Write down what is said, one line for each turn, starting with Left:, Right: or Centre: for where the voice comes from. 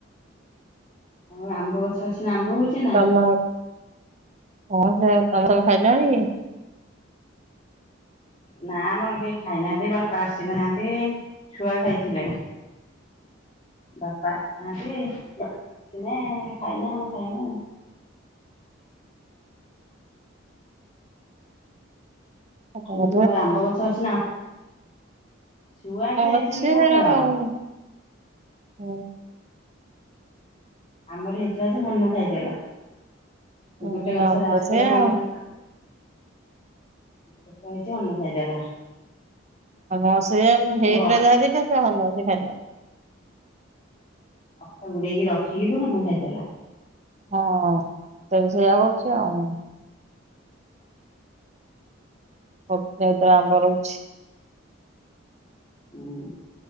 Left: ଆଉ ଆମ୍ବ ଗଛ ଅଛି ନା ଆମ୍ବ। କହୁଛି ନା।
Right: ତମ ହଁ ସେ ତମେ ସବୁ ଖାଇଲଣି କି।
Left: ନା ଆମର କେହି ଖାଇନାହାନ୍ତି ବାପା ଆସିନାହାନ୍ତି ଛୁଆ ଖାଇଥିଲେ। ବାପା ଆସିନାହାନ୍ତି <unintelligible> ଖାଇନ ଆମେ ଖାଇବୁ
Right: ହଁ
Left: ଏମତି ମୋର ଆମ୍ବ ଗଛ ଅଛି ନା ଛୁଆ ଖାଇଦେଇଛନ୍ତି
Right: ଅଛି
Left: ପଖାଳ।
Right: ହେରା ଆଉ। ହୁଁ
Left: ଆମର ହେଇଥିବା ଯେ ହନୁ ଖାଇଦେଲା।
Right: ହୁଁ
Left: ଗୋଟେ ଗଛରେ
Right: ଆମର
Left: ଆସିଥିଲା
Right: ସେୟା
Left: କଣ
Right: ଆଉ।
Left: ସେ ଛୋଟ ହେଇଛି ହନୁ ଖାଇଦେଲା
Right: ଆସ ହେଇ
Left: ତାକୁ
Right: ରଜା ଦି ତସ ହଲୁ <unintelligible> ଖାଈଦେଲା
Left: ଅଖା ଗୁଡେଇକି ରଖ ରଖିକି ହନୁ ଖାଇଦେଲା।
Right: ହଁ। ସେ ସେଇୟଆ କରୁଛି ଆଉ। ହ ନ ତ ଆ ବରଛି <unintelligible>
Left: ଉୁଁ